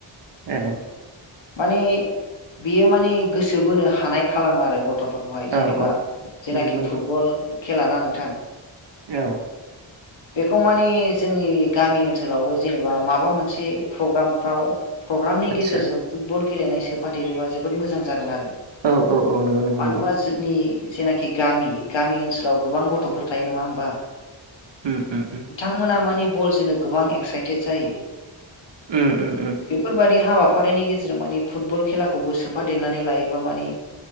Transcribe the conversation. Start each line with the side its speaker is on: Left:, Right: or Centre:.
Right: औ
Left: माने बियो माने गोसो बोनो हानाय खालामो आरो गथ थ'फोरखौहाय
Right: औ
Left: जेनेबा
Right: औ
Left: जेनाखि
Right: नंगौ नंगौ
Left: फुटबल खेला ना नोंथां
Right: औ
Left: बेखौ माने जोंनि गामि ओनसोलावबो जेनेबा माबा मोनसे प्रग्रामफ्राव प्रग्रामनि
Right: आदसा
Left: गेजेरजों फुटबल गेलेनाय सोफादेरोबा जोबोद मोजां जागोन आरो
Right: औ औ औ नंगौ नंगौ
Left: मानोहोनबा
Right: नंगौ
Left: जोंनि जेनाखि गामि गामि ओनसोलाव गोबां गथ'फोर थायो नङा होमबा
Right: उम उम उम
Left: बिथांमोना माने बल जोनो गोबां एक्साइटेड जायो
Right: उम उम उम
Left: बेफोरबायाददि हाबाफारिनि गेजेराव जों माने फुटबल खेलाखौबो सोफादेरनानै लायोबा माने